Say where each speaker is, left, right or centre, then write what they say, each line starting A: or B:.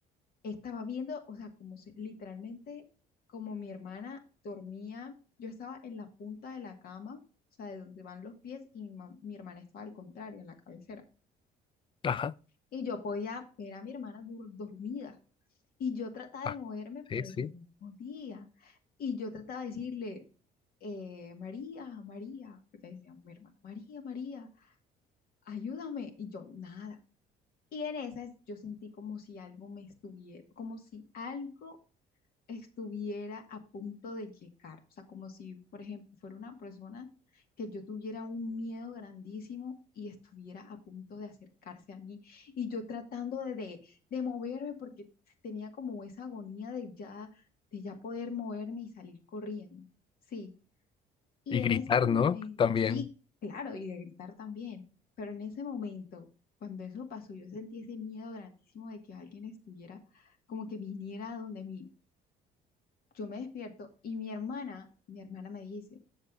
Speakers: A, on the left; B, on the left.
A: estaba viendo, o sea, como se, literalmente como mi hermana dormía, yo estaba en la punta de la cama, o sea, de donde van los pies y mi, mam- mi hermana estaba al contrario, en la cabecera.
B: Ajá.
A: Y yo podía ver a mi hermana dur- dormida. Y yo trataba
B: Ah,
A: de moverme, pero
B: sí, sí.
A: yo no podía. Y yo trataba de decirle, eh, María, María, porque ahí se llama mi hermana, María, María, ayúdame. Y yo, nada. Y en esas yo sentí como si algo me estuviera, como si algo estuviera a punto de llegar. O sea, como si, por ejemplo, fuera una persona que yo tuviera un miedo grandísimo y estuviera a punto de acercarse a mí. Y yo tratando de, de, de moverme porque tenía como esa agonía de ya, de ya poder moverme y salir corriendo. Sí. Y
B: Y
A: en
B: gritar,
A: ese momento,
B: ¿no? También.
A: sí, claro, y de gritar también, pero en ese momento, cuando eso pasó, yo sentí ese miedo grandísimo de que alguien estuviera, como que viniera a donde mí. Yo me despierto y mi hermana, mi hermana me dice,